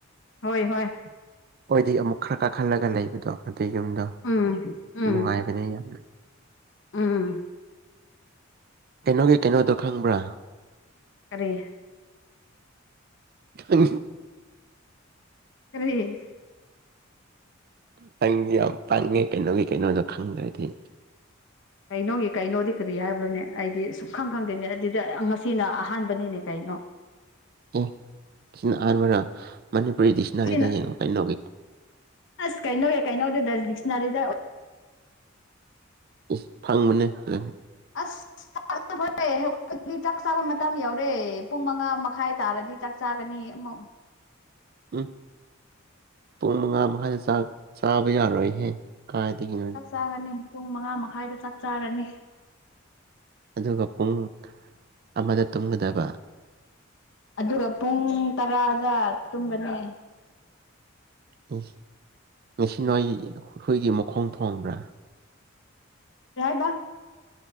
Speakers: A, on the left; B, on the right.
A: ꯍꯣꯏ ꯍꯣꯏ
B: ꯑꯣꯏꯗꯤꯩ ꯑꯃꯨꯛ ꯈꯔ ꯀꯥꯈꯠꯂꯒ ꯂꯩꯕꯗꯣ ꯑꯗꯨꯩ ꯌꯨꯝꯗꯣ
A: ꯎꯝ ꯎꯝ
B: ꯅꯨꯡꯉꯥꯏꯕꯅꯦ ꯌꯥꯝꯅ
A: ꯎꯝ
B: ꯀꯩꯅꯣꯒꯤ ꯀꯩꯅꯣꯗꯣ ꯈꯪꯕ꯭ꯔꯥ
A: ꯀꯔꯤ
B: ꯎ
A: ꯀꯔꯤ
B: ꯅꯪꯗꯤ ꯌꯥꯝ ꯄꯪꯉꯦ ꯀꯩꯅꯣꯒꯤ ꯀꯩꯅꯣꯗꯣ ꯈꯪꯗ꯭ꯔꯗꯤ
A: ꯀꯩꯅꯣꯒꯤ ꯀꯩꯅꯣꯗꯤ ꯀꯔꯤ ꯍꯥꯏꯕꯅꯦ ꯑꯩꯗꯤ ꯁꯨꯛ ꯈꯪ ꯈꯪꯗꯦꯅꯦ ꯑꯗꯨꯗꯤ ꯉꯁꯤꯅ ꯑꯍꯥꯟꯕꯅꯤꯅꯦ ꯀꯩꯅꯣ
B: ꯑꯦ ꯁꯤꯅ ꯑꯍꯥꯟꯕꯅ ꯃꯅꯤꯄꯨꯔꯤ ꯗꯤꯛꯁꯅꯔꯤꯗ
A: ꯁꯤꯅ
B: ꯌꯦꯡꯉꯣ ꯀꯩꯅꯣꯒꯤ
A: ꯑꯁ ꯀꯩꯅꯣꯦ ꯀꯩꯅꯧꯗꯦ ꯗꯁ ꯗꯤꯛꯁꯅꯔꯤꯗ
B: ꯎꯝ ꯐꯪꯕꯅꯦ ꯐꯖꯅ
A: ꯑꯁ <unintelligible> ꯆꯥꯛ ꯆꯥꯕ ꯃꯇꯝ ꯌꯧꯔꯦ ꯄꯨꯡ ꯃꯉꯥ ꯃꯈꯥꯏ ꯇꯥꯔꯗꯤ ꯆꯥꯛ ꯆꯥꯒꯅꯤ ꯑꯃꯨꯛ
B: ꯎꯝ ꯄꯨꯡ ꯃꯉꯥ ꯃꯈꯥꯏꯗꯥ ꯆꯥꯛ ꯆꯥꯕ ꯌꯥꯔꯣꯏꯍꯦ ꯀꯥꯏ ꯊꯅꯤ
A: ꯆꯥꯛ ꯆꯥꯒꯅꯤ ꯄꯨꯡ ꯃꯉꯥ ꯃꯈꯥꯏꯗ ꯆꯥꯛ ꯆꯥꯔꯅꯤ
B: ꯑꯗꯨꯒ ꯄꯨꯡ ꯑꯃꯗ ꯇꯨꯝꯒꯗꯕ
A: ꯑꯗꯨꯒ ꯄꯨꯡ ꯇꯔꯥꯗ ꯇꯨꯝꯕꯅꯦ
B: <unintelligible> ꯉꯁꯤ ꯅꯣꯏꯒꯤ ꯍꯨꯏꯒꯤ ꯃꯈꯣꯡ ꯊꯣꯡꯕ꯭ꯔꯥ
A: ꯂꯥꯏꯕꯛ